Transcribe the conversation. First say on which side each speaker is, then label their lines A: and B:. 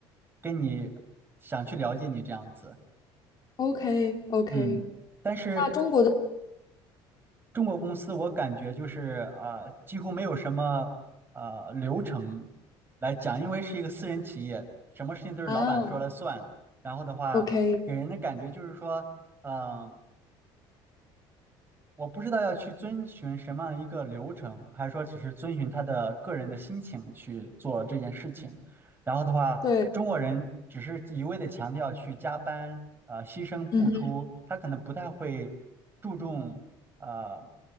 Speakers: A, on the right; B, on the left.
A: 跟你想去了解你这样子，
B: ，OK OK，
A: 嗯，但是
B: 那中国的
A: 中国公司我感觉就是啊，几乎没有什么呃流程来讲，因为是一个私人企业，什么事情都是老板说了算。
B: 啊
A: 然后的话，
B: ，OK，
A: 给人的感觉就是说，嗯。我不知道要去遵循什么样一个流程，还是说只是遵循他的个人的心情去做这件事情。然后的话，
B: 对。
A: 中国人只是一味的强调去加班，呃，牺牲付出，
B: 嗯哼。
A: 他可能不太会注重呃